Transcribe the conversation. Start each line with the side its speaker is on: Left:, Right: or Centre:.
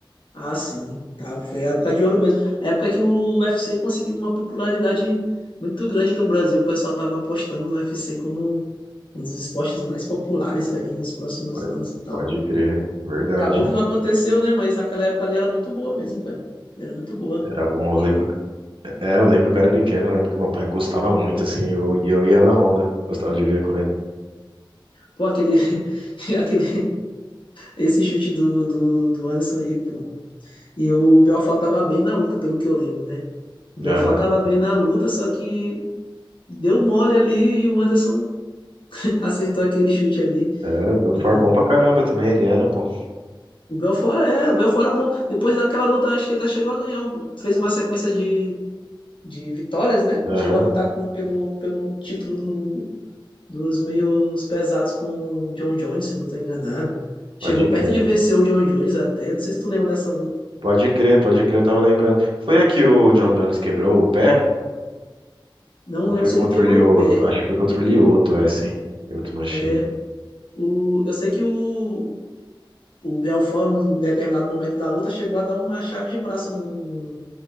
Left: Ah, sim, tá, foi a época de ouro mesmo. A época que o UFC conseguiu uma popularidade muito grande no Brasil, o pessoal tava apostando no UFC como um dos esportes mais populares aí nos próximos
Right: Pode,
Left: anos e tal.
Right: pode crer, verdade.
Left: Acabou que não aconteceu, né? Mas naquela época ali era muito boa mesmo, cara. Era muito boa.
Right: Era bom, eu
Left: E,
Right: lembro. É, eu lembro que eu era pequeno, eu lembro que meu pai gostava muito, assim, eu- e eu, ia na onda, gostava de ver com ele.
Left: pô, aquele, <laughs> aquele, esse chute do, do, do Anderson aí, pô. E o Belfort tava bem na luta, pelo que eu lembro, né? O Belfort
Right: Aham.
Left: tava bem na luta, só que deu mole ali e o Anderson <laughs> acertou aquele chute ali.
Right: É, do Far
Left: E
Right: bom pra caramba também, ele era, pô.
Left: o Belfort é, o Belfort era bom. Depois daquela luta, acho que ainda chegou a ganhar, algum- fez uma sequência de, de vitórias, né?
Right: Aham,
Left: Chegou a lutar com, pelo, pelo título do, dos meios pesados com o John Jones, se eu não tô enganado. Chegou
Right: Pode
Left: perto
Right: crer.
Left: de vencer o John Jones até, não sei se tu lembra dessa luta.
Right: Pode crer, pode crer, eu tava lembrando. Foi aqui o John Jones quebrou o pé?
Left: Não
Right: Ou
Left: lembro
Right: foi
Left: se
Right: contra
Left: ele quebrou
Right: o Lioto?
Left: o pé.
Right: Acho que foi contra o Lioto, é, sim. Lioto machina.
Left: É, O, eu sei que o, o Belfort, em determinado momento da luta, chegou a dar uma chave de braço no,